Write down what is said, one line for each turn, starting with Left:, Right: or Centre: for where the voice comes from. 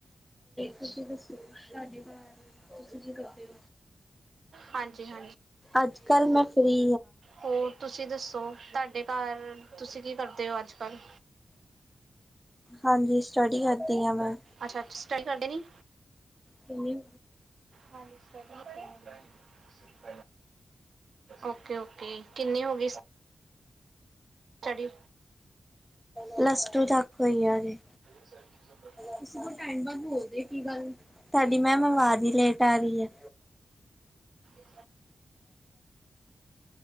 Centre: ਤੁਸੀਂ ਦੱਸੋ ਸਾਡੇ ਘਰ ਤੁਸੀਂ ਕੀ ਕਰਦੇ ਓ।
Right: ਹਾਂਜੀ ਹਾਂਜੀ
Centre: ਅੱਜ ਕੱਲ ਮੈਂ ਫਰੀ
Right: ਹੋਰ ਤੁਸੀਂ ਦੱਸੋ ਤੁਹਾਡੇ ਘਰ ਤੁਸੀਂ ਕੀ ਕਰਦੇ ਹੋ ਅੱਜ ਕੱਲ
Centre: ਹਾਂਜੀ ਸਟੱਡੀ ਕਰ ਗਈ ਆ ਮੈਂ
Right: ਅੱਛਾ ਅੱਛਾ ਸਟੱਡੀ ਕਰਦੇ ਨਹੀਂ
Centre: ਕਿੰਨੀ
Right: ਖਾਲੀ ਸ਼ਗਨ ਤਿਆਰ ਏ। ਓਕੇ, ਓਕੇ ਕਿੰਨੀ ਹੋ ਗਈ। ਸਟਡੀ।
Centre: ਪਲੱਸ ਟੂ ਤੱਕ ਹੋਈ ਆ ਹਜੇ।
Right: <unintelligible>
Centre: ਤੁਸੀਂ ਬਹੁਤ ਟਾਈਮ ਬੋਲਦੇ ਦੇ ਹੋ ਕੀ ਗੱਲ ਤੁਹਾਡੀ ਮੈਮ ਆਵਾਜ਼ ਹੀ ਲੇਟ ਆ ਰਹੀ ਹੈ।
Right: <inaudible>